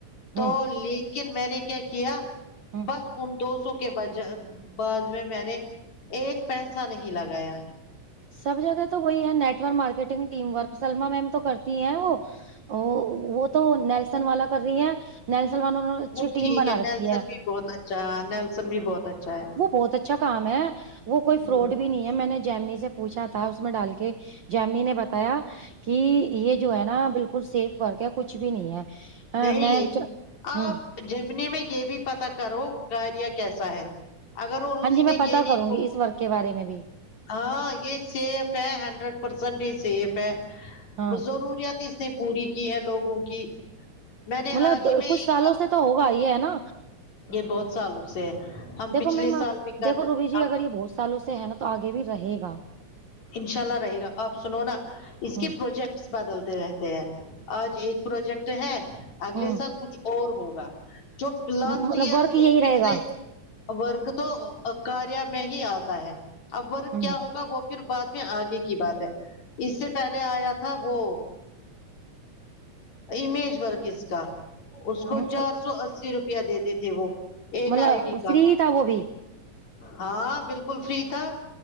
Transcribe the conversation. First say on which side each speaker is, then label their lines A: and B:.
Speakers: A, on the left; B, on the right.
A: تو
B: ہوں
A: لی کن میں نے کیا کیا
B: ہ
A: بس ان دو سو کے بجا بعد میں میں نے ایک پیسہ نہیں لگایا
B: سب جگہ تو وہی ہے network marketing team work Salma ma'am تو کرتی ہیں وہ ا وہ وہ تو نیلسن والا کر رہی ہے نیلسن والوں نے اچھی
A: وہ
B: ٹیم
A: ٹھیک
B: بنا
A: نیلسن
B: رکھی ہے
A: بھی بہت اچھا نیلسن بھی بہت اچھا ہے
B: وہ بہت اچھا کام ہے وہ کوئی فراڈ
A: ہ
B: بھی نہیں ہے میں نے جیمنی سے پوچھا تھا اس میں ڈال کے جیمنی نے بتایا کہ یہ جو ہے نا بالکل سیف ورک ہے کچھ بھی نہیں ہے ہاں
A: نہیں
B: میں چ-
A: آپ
B: ہوں
A: جیمنی میں یہ بھی پتا کرو کاریا کیسا ہے اگر اور
B: ہاں
A: اس
B: جی میں
A: نے
B: پتا
A: یہ نہیں
B: کروں
A: بو
B: گی اس ورک کے بارے میں بھی
A: ہاں یہ سیف ہے ہنڈریڈ پرسینٹ ہی سیف ہے
B: ہاں
A: بہ ضروریات اس نے پوری کی ہے لوگوں کی میں نے
B: مطلب
A: حال ہی
B: دا
A: میں
B: کچھ
A: ایک
B: سالوں سے تو ہوگا ہی ہے نا
A: یہ بہت سالوں سے ہے ہم
B: دیکھو
A: پچھلے
B: میری
A: سال
B: ماں
A: بھی کر
B: دیکھو روبی جی
A: ہم
B: اگر یہ بہت سالوں سے ہے نا تو آگے بھی رہے گا
A: انشاء اللہ رہے گا آپ سنو نا اس
B: ہ
A: کے پروجیکٹس بدلتے رہتے ہیں آج ایک پروجیکٹ ہے اگلے
B: ہ
A: سال کچھ اور ہوگا جو لاسٹ
B: مطلب
A: ایئر
B: ورک
A: جو
B: یہی رہے
A: پچھلے
B: گا
A: ورک تو ا کاریا میں ہی آتا ہے اب ورک
B: ہوں
A: کیا ہوگا وہ پھر بعد میں آگے کی بات ہے اس سے پہلے آیا تھا وہ امیج ورک اس کا اس کو
B: ہوں،
A: چار سو اسی روپیہ دیتے تھے وہ ایک
B: مطلب
A: آئی ڈی کا
B: فری تھا وہ بھی
A: ہاں بالکل فری تھا